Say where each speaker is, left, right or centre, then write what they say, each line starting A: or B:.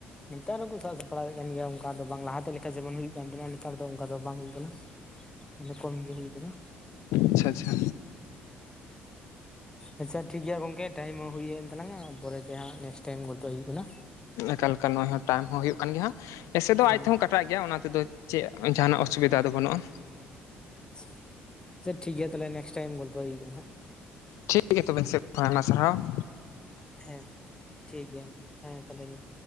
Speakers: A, on the left; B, on the left.
A: ᱱᱮᱛᱟᱨ ᱦᱚᱸᱠᱚ ᱥᱟᱵ ᱥᱟᱯᱲᱟᱣᱮᱫ ᱠᱟᱱ ᱜᱮᱭᱟ ᱚᱱᱠᱟ ᱫᱚ ᱵᱟᱝ ᱞᱟᱦᱟᱛᱮ ᱞᱮᱠᱟ ᱡᱮᱢᱚᱱ ᱦᱩᱭᱩᱜᱼᱼ ᱦᱩᱭᱩᱜ ᱠᱟᱱ ᱛᱟᱦᱮᱚᱜᱱᱟ ᱱᱮᱛᱟᱨ ᱫᱚ ᱚᱱᱠᱟ ᱫᱚ ᱵᱟᱝ ᱦᱩᱭᱩᱜ ᱠᱟᱱᱟ ᱮᱫᱚ ᱠᱚᱢ ᱜᱮ ᱦᱩᱭᱩᱜ ᱠᱟᱱᱟ᱾
B: ᱟᱪᱪᱷᱟ ᱟᱪᱪᱷᱟ᱾
A: ᱟᱪᱪᱷᱟ ᱴᱷᱤᱠ ᱜᱮᱭᱟ ᱜᱚᱝᱠᱮ, ᱴᱟᱭᱤᱢ ᱦᱚᱸ ᱦᱩᱭᱮᱱ ᱛᱟᱞᱟᱝ-ᱟ ᱟᱨ ᱯᱚᱨᱮ ᱛᱮ ᱦᱟᱸᱜ ᱱᱮᱠᱥᱴ ᱴᱟᱭᱤᱢ ᱜᱚᱞᱯᱚ ᱦᱩᱭᱩᱜ ᱠᱟᱱᱟ ᱾
B: ᱮᱠᱟ ᱮᱠᱟᱞ, ᱱᱚᱜᱚᱭ ᱦᱚᱸ ᱴᱟᱭᱤᱢ ᱦᱚᱸ ᱦᱩᱭᱩᱜ ᱠᱟᱱ ᱜᱮᱭᱟ ᱦᱟᱸᱜ, ᱮᱥᱮ ᱫᱚ
A: ᱦᱮᱸ
B: ᱟᱡ ᱛᱮᱦᱚ ᱠᱟ ᱴᱟᱜ ᱜᱮᱭᱟ ᱚᱱᱟ ᱛᱮᱫᱚ ᱪᱮᱫ ᱡᱟᱦᱟᱱᱟᱜ ᱚᱥᱩᱵᱤᱫᱟ ᱫᱚ ᱵᱟᱹᱱᱩᱜᱼᱟ ᱾
A: ᱟᱪᱪᱷᱟ ᱾ ᱟᱪᱪᱷᱟ ᱴᱷᱤᱠ ᱜᱮᱭᱟ ᱛᱟᱦᱞᱮ ᱱᱮᱠᱥᱴ ᱴᱟᱭᱤᱢ ᱜᱚᱞᱯᱚ ᱦᱩᱭᱩᱜ ᱠᱟᱱᱟ ᱦᱟᱸᱜ ᱾
B: ᱴᱷᱤᱠ ᱜᱮᱭᱟ ᱛᱚᱵᱮ ᱤᱧ ᱥᱮᱫ ᱠᱷᱚᱱᱟᱜ ᱟᱭᱢᱟ ᱥᱟᱨᱦᱟᱣ ᱾
A: ᱦᱮᱸ ᱴᱷᱤᱠ ᱜᱮᱭᱟ, ᱦᱮᱸ ᱛᱟᱦᱚᱞᱮ ᱤᱧ